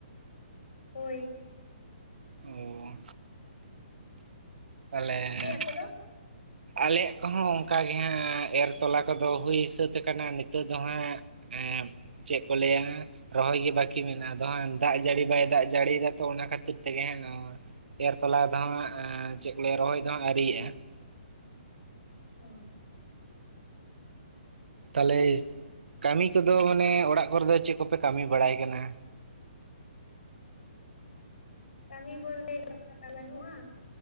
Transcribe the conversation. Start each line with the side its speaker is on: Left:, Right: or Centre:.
Left: ᱦᱳᱭ
Right: ᱚᱻ ᱛᱟᱦᱚᱞᱮ
Left: ᱟᱯᱮᱭᱟᱜ ᱠᱚᱫᱚ
Right: ᱟᱞᱮᱭᱟᱜ ᱠᱚ ᱦᱚᱸ ᱚᱱᱠᱟ ᱜᱮ ᱦᱟᱸᱜ ᱮᱨ ᱛᱚᱞᱟ ᱠᱚᱫᱚ ᱦᱩᱭ ᱥᱟᱹᱛ ᱟᱠᱟᱱᱟ ᱱᱤᱛᱚᱜ ᱫᱚ ᱦᱟᱸᱜᱼᱼ ᱮᱸᱜ ᱪᱮᱫ ᱠᱚ ᱞᱟᱹᱭᱟ ᱨᱚᱦᱚᱭ ᱜᱮ ᱵᱟᱹᱠᱤ ᱢᱮᱱᱟᱜᱼᱟ ᱟᱫᱚ ᱦᱟᱸᱜ ᱫᱟᱜ ᱡᱟᱹᱲᱤ ᱵᱟᱭ ᱫᱟᱜ ᱡᱟᱹᱲᱤᱭᱫᱟ ᱛᱚ ᱚᱱᱟ ᱠᱷᱟᱹᱛᱤᱨ ᱛᱮᱜᱮ ᱦᱟᱸᱜ ᱮᱨ ᱛᱚᱞᱟ ᱫᱚ ᱦᱟᱸᱜ ᱪᱮᱫ ᱠᱚᱞᱮ ᱨᱚᱦᱚᱭ ᱫᱚ ᱦᱟᱸᱜ ᱟᱹᱣᱤᱭᱟᱜᱼᱟ᱾
Left: ᱦᱩᱸ
Right: ᱛᱟᱦᱚᱞᱮ ᱠᱟᱹᱢᱤ ᱠᱚᱫᱚ ᱢᱟᱱᱮ ᱚᱲᱟᱜ ᱠᱚᱨᱮ ᱫᱚ ᱪᱮᱫ ᱠᱚᱯᱮ ᱠᱟᱹᱢᱤ ᱵᱟᱲᱟᱭ ᱠᱟᱱᱟ᱾
Left: ᱠᱟᱹᱢᱤ ᱵᱚᱞᱛᱮ <unintelligible> ᱵᱟᱹᱱᱩᱜᱼᱟ